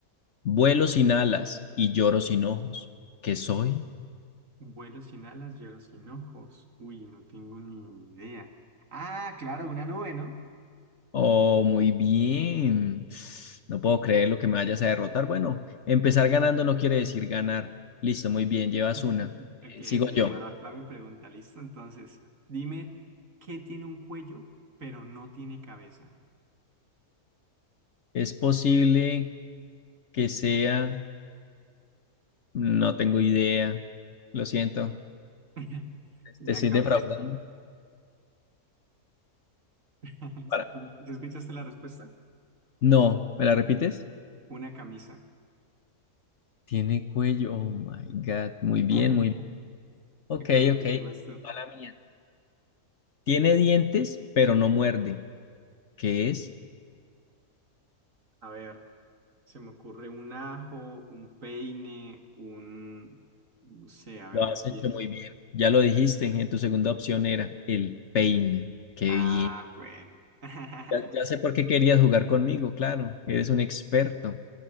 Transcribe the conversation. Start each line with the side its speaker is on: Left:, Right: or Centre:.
Left: Vuelo sin alas y lloro sin ojos. ¿Qué soy?
Right: Vuelo sin alas, lloro sin ojos. Uy, no tengo ni idea. Ah, claro, una nube, ¿no?
Left: Oh, muy bien. No puedo creer lo que me vayas a derrotar. Bueno, empezar ganando no quiere decir ganar. Listo, muy bien, llevas
Right: <laughs>
Left: una.
Right: Ok,
Left: Eh, Sigo
Right: ok,
Left: yo.
Right: va, va mi pregunta, listo. Entonces, dime, ¿qué tiene un cuello, pero no tiene cabeza?
Left: Es posible que sea, no tengo idea. Lo siento.
Right: <laughs> Una
Left: Te estoy
Right: camisa.
Left: defraudando.
Right: <laughs>
Left: Para.
Right: ¿Sí sí escuchaste la respuesta?
Left: No, ¿me la repites?
Right: Una camisa.
Left: Tiene cuello. Oh my God. Muy bien,
Right: <laughs>
Left: muy bien. Ok,
Right: Ok,
Left: ok.
Right: ok, vas tú.
Left: Mala mía. Tiene dientes, pero no muerde. ¿Qué es?
Right: A ver. Se me ocurre un ajo, un peine, un... No sé, a
Left: Lo
Right: ver,
Left: has
Right: yo pienso.
Left: hecho muy bien. Ya lo dijiste, en tu segunda opción era el peine. Qué
Right: Ah,
Left: bien.
Right: bueno. <laughs>
Left: Ya, ya sé por qué querías jugar conmigo, claro. Eres un experto.